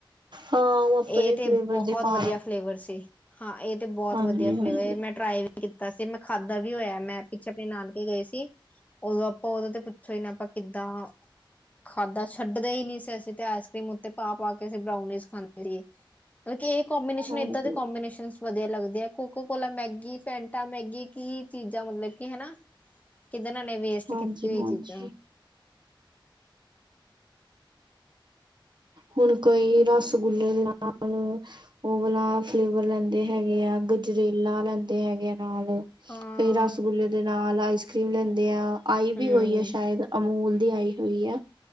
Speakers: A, on the right; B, on the left.
A: ਹਾਂ ਉਹ ਆਪਣੇ
B: ਏ ਤੇ
A: ਫਲੇਵਰ
B: ਬਹੁਤ
A: ਦੀ ਪਾ
B: ਵਧੀਆ
A: ਲੈਂਦੇ।
B: ਫਲੇਵਰ ਸੀ, ਹਾਂ ਏ ਤੇ ਬਹੁਤ
A: ਹਾਂਜੀ
B: ਵਧੀਆ
A: ਹਾਂਜੀ
B: ਫਲੇਵਰ ਏ ਮੈਂ ਟਰਾਈ ਵੀ ਕੀਤਾ ਸੀ ਮੈਂ ਖਾਧਾ ਵੀ ਹੋਇਆ, ਮੈਂ ਪਿੱਛੇ ਆਪਣੇ ਨਾਨਕੇ ਗਏ ਸੀ। ਉਦੋਂ ਆਪਾਂ ਉਦੇ ਤੇ ਪੁੱਛੋ ਹੀ ਨਾ ਆਪਾਂ ਕਿੱਦਾਂ ਖਾਦਾ ਛੱਡਦੇ ਹੀ ਨੀ ਸੀ, ਅਸੀਂ ਤੇ ਆਈਸ ਕਰ੍ਰੀਮ ਉੱਤੇ ਪਾ ਕੇ ਅਸੀਂ ਬਰਾਉਨੀਜ ਖਾਂਦੇ। <unintelligible> ਕਿਉਂਕਿ ਇਹ ਕੋਂਬੀਨੇਸ਼ਨ
A: ਹਾਂਜੀ
B: ਏਦਾਂ ਦੇ ਕੋਂਬੀਨੇਸ਼ਨ। ਵਧੀਆ ਲੱਗਦੇ ਆ ਕੋਕ ਕੋਲਾ ਮੈਗੀ, ਫੈਟਾ ਮੈਗੀ ਕੀ ਚੀਜ਼ਾਂ ਮਤਲਬ ਕੀ ਹਨਾ। ਕਿੱਧਾ ਏ ਨੇ ਵੇਸਟ
A: ਹਾਂਜੀ
B: ਕੀਤੀ ਹੋਈ
A: ਹਾਂਜੀ
B: ਚੀਜ਼ਾਂ।
A: ਹੁਣ ਕੋਈ ਰਸਗੁੱਲੇ ਦੇ ਨਾਲ ਓ ਵਲਾ ਫਲੇਵਰ ਲੈਂਦੇ ਹੈਗੇ ਆ ਗਜਰੇਲਾ ਲੈਂਦੇ ਹੈਗੇ ਆ। ਨਾਲ
B: ਹਾਂ
A: ਕਈ ਰਸਗੁੱਲੇ ਦੇ ਨਾਲ ਆਈਸ ਕਰ੍ਰੀਮ ਲੈਂਦੇ ਆ ਆਈ
B: ਹੂੰ
A: ਵੀ ਹੋਈ ਐ ਸ਼ਾਇਦ। ਅਮੂਲ ਦੀ ਆਈ ਹੋਈ ਆ